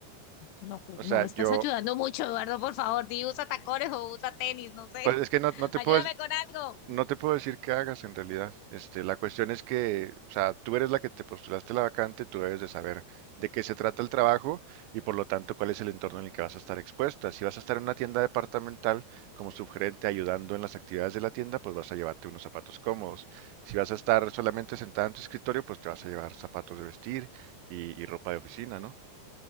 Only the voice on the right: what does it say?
O sea,
yo,
pues es que no,
no te
puedo,
No te puedo decir qué hagas en realidad. Este, la cuestión es que, o sea, tú eres la que te postulaste la vacante, tú debes de saber de qué se trata el trabajo y por lo tanto cuál es el entorno en el que vas a estar expuesta. Si vas a estar en una tienda departamental como subgerente ayudando en las actividades de la tienda, pues vas a llevarte unos zapatos cómodos. Si vas a estar solamente sentada en tu escritorio, pues te vas a llevar zapatos de vestir y, y ropa de oficina, ¿no?